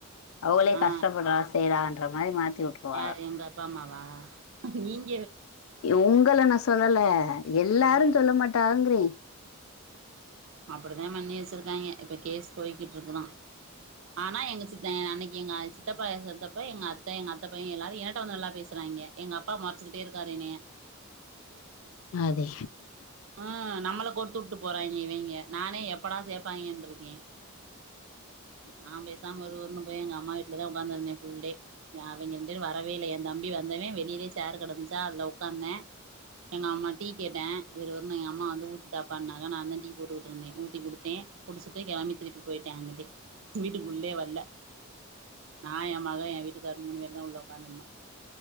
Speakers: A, on the left; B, on the right.
A: அவுகளே
B: ஆ
A: கஷ்டப்படறா செய்யறான்ற மாரி மாத்தி விட்டுருவாங்க
B: யாரு எங்க அப்பா அம்மாவா நீங்
A: உங்கள நா சொல்லல எல்லாருன்
B: ம்
A: சொல்ல மாட்டாங்குறேன்
B: அப்டிதான் பண்ணி வெச்சிருக்காங்கே இப்ப கேஸ் போய்கிட்டு இருக்குதா ஆனா எங்க சித்தன் அன்னைக்கு எங்க அ சித் சித்தப்பா செத்தப்ப எங்க அத்த எங்க அத்தப்பையன் எல்லாரு என்ட்ட வந்து நல்லா பேசுறாய்ங்க எங்க அப்பா மொறச்சுகிட்டே இருக்காரு என்னய <inaudible>
A: அது
B: ஆ நம்மள கோத்து உட்டு போறாய்ங்க இவிங்க நானே எப்படா சேப்பாய்ங்கன்ருக்கே நான் பேசாம விறு விறுன்னு போயி எங்க அம்மா வீட்லதா உக்காந்திருந்தே புல்டே அவிங்க ரெண்டு பேரும் வரவே இல்ல ஏன் தம்பி வந்தவே வெளியிலே சேர் கடந்துச்சா அதுல உக்காந்தே எங்க அம்மா டீ கேட்டே விறு விறுன்னு எங்க அம்மா வந்து ஊத்தி தாப்பான்னாங்க நாந்தான் டீ போட்டுக்கிட்ருந்தே ஊத்தி குடுத்தே குடிச்சுட்டு கெளம்பி திருப்பி போயிட்டே அங்குட்டு வீட்டுக்குள்ளே வரல நா ஏன் மகன் ஏன் வீட்டுக்கார் மூணு பேருந்தா உள்ள உக்காந்துருந்தோ